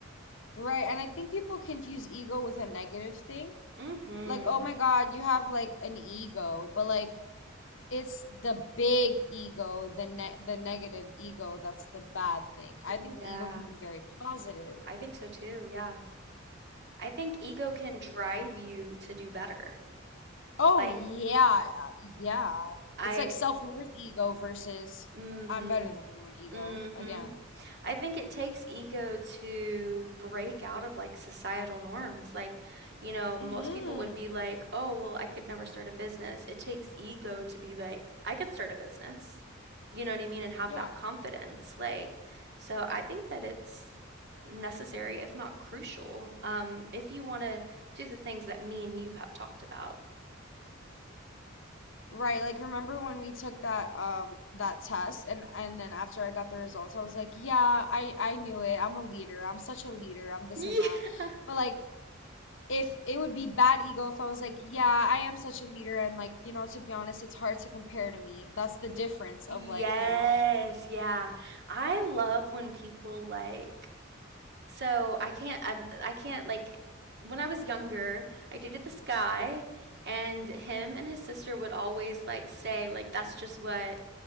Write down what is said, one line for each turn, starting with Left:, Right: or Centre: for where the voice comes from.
Left: Right. And I think people confuse ego with a negative thing.
Right: Mm-hmm.
Left: Like, oh my God, you have like an ego, but like it's the big ego, the ne the negative ego that's the bad thing. I
Right: Yeah,
Left: think ego can be very positive.
Right: I think so too. Yeah. I think ego can drive you to do better.
Left: Oh
Right: Like
Left: yeah, yeah.
Right: I
Left: It's like self-worth ego versus
Right: mm-hmm.
Left: I'm better than everyone ego
Right: Mm-hmm.
Left: again,
Right: I
Left: you know.
Right: think it takes ego to break out of like societal norms. Like, you know,
Left: Mm-hmm.
Right: most people would be like, "Oh, well, I could never start a business." It takes ego to be like, "I could start a business." You know what I mean? And have
Left: Yeah.
Right: that confidence. Like, so I think that it's necessary, if not crucial, um, if you want to do the things that me and you have talked about.
Left: Right, like remember when we took that um that test and and then after I got the results I was like, "Yeah, I I knew it. I'm a leader. I'm such a leader. I'm this
Right: <laughs>
Left: and that."
Right: Yeah.
Left: But like if it would be bad ego if I was like, "Yeah, I am such a leader and like, you know, to be honest, it's hard to compare to me." That's the
Right: Y-
Left: difference
Right: Yes,
Left: of like, you know.
Right: yeah. I love when people like so I can't I'm I can't like when I was younger, I dated this guy and him and his sister would always like say like that's just what